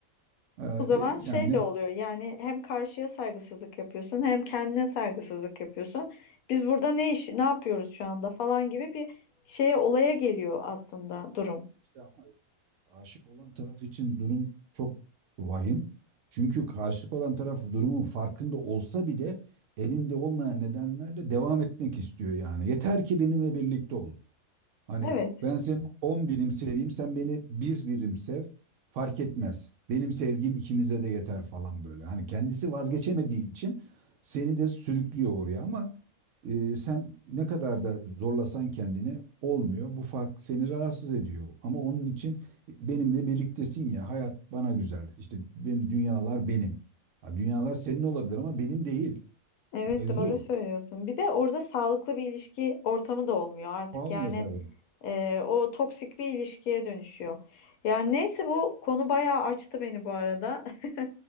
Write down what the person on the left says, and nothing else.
O zaman
şey
de oluyor yani hem karşıya saygısızlık yapıyorsun hem kendine saygısızlık yapıyorsun. Biz burada ne iş ne yapıyoruz şu anda falan gibi bir şeye olaya geliyor aslında durum.
Evet.
Evet
doğru
söylüyorsun. Bir de orada sağlıklı bir ilişki ortamı da olmuyor artık.
Yani
e, o toksik bir ilişkiye dönüşüyor. Yani neyse bu konu bayağı açtı beni bu arada. <laughs>